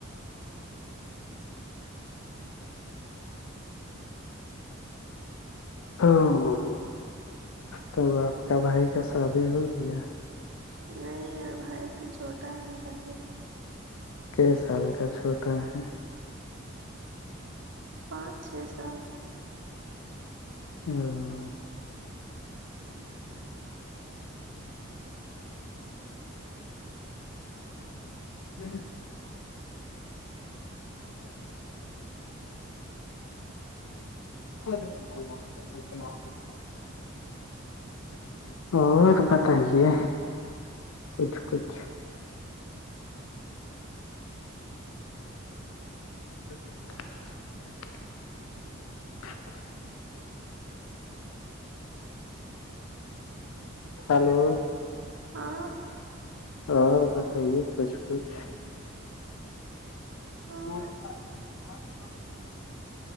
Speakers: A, on the left; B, on the right.
A: ہاں تو آپ کا بھائی کا شادی ہو گیا
B: نہیں میرا بھائی تو چھوٹا ہے میرا سے ہی
A: ک سال کا چھوٹا ہے
B: پانچ چھ سال
A: ہاں میں <unintelligible> گب <unintelligible> اور بتائیے کچھ کچھ <inaudible> ہلو <inaudible>
B: ہاں
A: ہاں بتائیے کچھ کچھ
B: ہاں
A: ب ب <unintelligible>